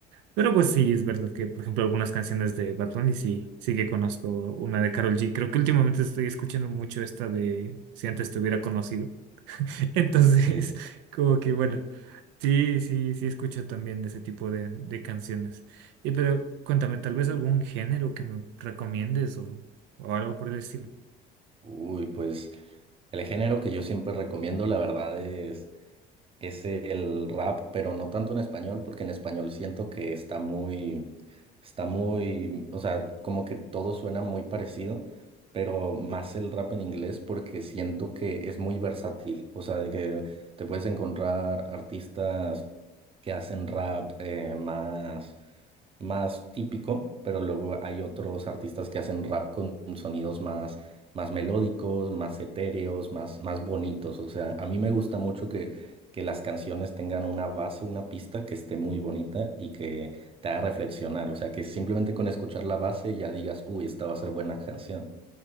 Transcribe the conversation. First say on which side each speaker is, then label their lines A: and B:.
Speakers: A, on the right; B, on the right.
A: Pero pues sí, es verdad que, por ejemplo, algunas canciones de Bad Bunny sí, sí que conozco una de Karol G. Creo que últimamente estoy escuchando mucho esta de Si antes te hubiera conocido. <laughs> Entonces,
B: Eh,
A: como que bueno, sí, sí, sí escucho también de ese tipo de, de canciones. Y pero cuéntame, tal vez algún género que me recomiendes o, o algo por el estilo.
B: Uy, pues el género que yo siempre recomiendo, la verdad, es, es el rap, pero no tanto en español, porque en español siento que está muy, está muy, o sea, como que todo suena muy parecido, pero más el rap en inglés porque siento que es muy versátil, o sea, de que te puedes encontrar artistas que hacen rap eh, más más típico, pero luego hay otros artistas que hacen rap con sonidos más, más melódicos, más etéreos, más, más bonitos. O sea, a mí me gusta mucho que, que las canciones tengan una base, una pista que esté muy bonita y que te haga reflexionar. O sea, que simplemente con escuchar la base ya digas, uy, esta va a ser buena canción.